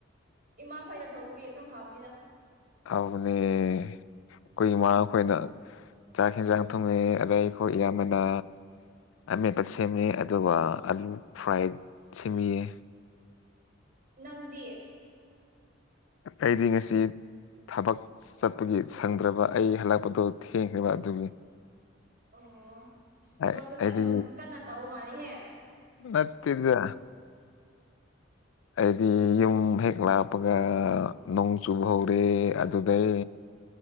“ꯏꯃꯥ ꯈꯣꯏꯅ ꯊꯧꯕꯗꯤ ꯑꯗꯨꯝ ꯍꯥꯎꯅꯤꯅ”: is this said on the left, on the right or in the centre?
Right